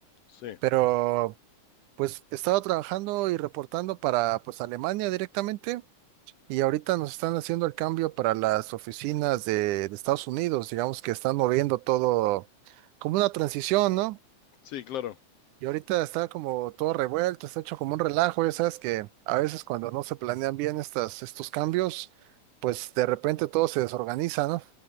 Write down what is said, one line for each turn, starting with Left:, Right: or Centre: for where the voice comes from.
Left: Sí,
Right: pero pues estaba trabajando y reportando para pues Alemania directamente. Y ahorita nos están haciendo el cambio para las oficinas de, de Estados Unidos, digamos que están moviendo todo como una transición, ¿no?
Left: sí, claro.
Right: Y ahorita está como todo revuelto, está hecho como un relajo, ya sabes que a veces cuando no se planean bien estas, estos cambios, pues de repente todo se desorganiza, ¿no?